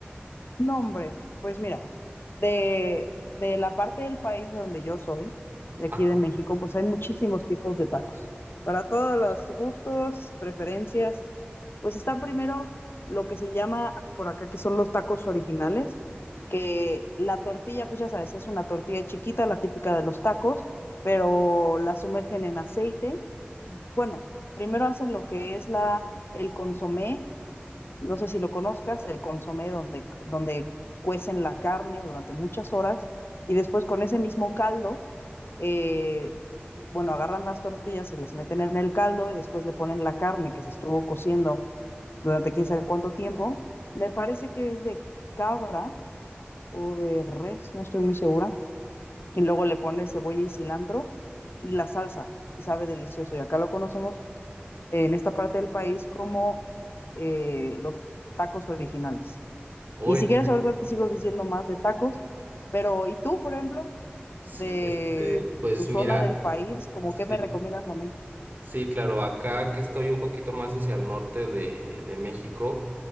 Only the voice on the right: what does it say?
Ajá.
O
en-
Sí,
este, pues
mira.
este,
Sí, claro, acá que estoy un poquito más hacia el norte de, de México,